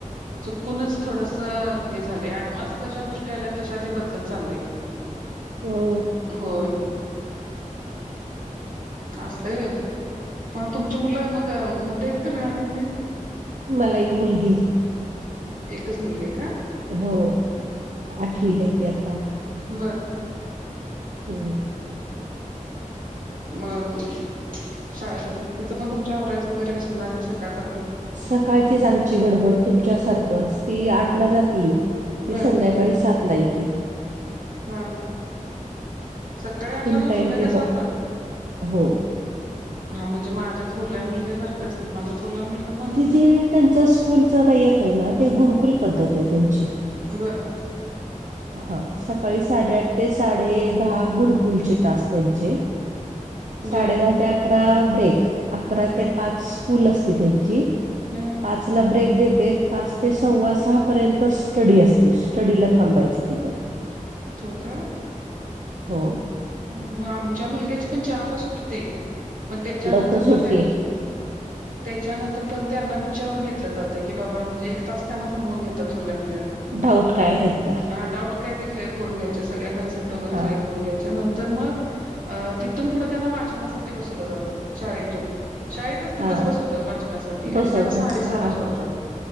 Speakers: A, on the right (about 80°); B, on the right (about 65°).
A: चुकूनच थोडस हे झालंय ऍडव्हान्स जशा गोष्टी आल्यात तशा ते बदलत चाललेय
B: हो
A: हो असतय मग तुमची मुलं मग मोठे आहेत का लहान आहेत ते
B: मला एक मुलगी आहे
A: एकच मुलगी आहे का
B: हो आठवीला येते आता
A: बरं
B: हम्म
A: मग शाळेत तिचं पण तुमच्या आवरायचं वगैरे असणार की सकाळच
B: सकाळचीच आमची गडबड तुमच्यासारखंच ती
A: हा
B: आठला जाती ती
A: बर
B: संध्याकाळी सात ला येते
A: हां सकाळी आठ
B: फुल
A: ला जाऊन
B: टाइम
A: संध्याकाळी
B: ती
A: सात
B: ब
A: ला.
B: हो
A: हा म्हणजे माझ्या थोरल्या मुलग्यासारखंच की माझा ोरला मुलगा पण
B: ती जे त्यांच स्कूलच रा यत आहे ना ते गुरुकुल पद्धत आहे त्यांची
A: बरं
B: हा सकाळी साडेआठ ते साडे दहा गुरुकुलचे तास त्यांचे साडे
A: बर
B: दहा ते अकरा ब्रेक अकरा
A: हा
B: ते पाच स्कूल असती त्यांची
A: हा
B: पाच ला ब्रेक देते पाच ते सव्वा सहा पर्यंत स्टडी असते स्टडीला थांबायच स्िथिता
A: का
B: हो
A: मग आमच्या मुलग्याची पण चारला सुटते पण त्याच्यानंतर
B: लवकर
A: ना
B: सुटते
A: त्या त्याच्यानंतर पण त्यांना विचारून घेतलं जातं की बाबा म्हणजे एक तास त्यांना थांबवून घेतात थोरल्या मुलग्याला
B: डाऊट काय आहेत का
A: डाऊ काय ते क्लअर कर घय सग्या कन्सेप्ट वगैर
B: हां,
A: क्लअर करून घ्यायच्यांतर तर मग अ तिथून पुढं त्यांना वाचनासाठी बसवलं जातं शाळेतून शाळेतच तिथंच
B: हां.
A: बसवतात वाचनासाठी आणि
B: बसवतात.
A: त्यांना साडे सहाला
B: हां,
A: सोडतात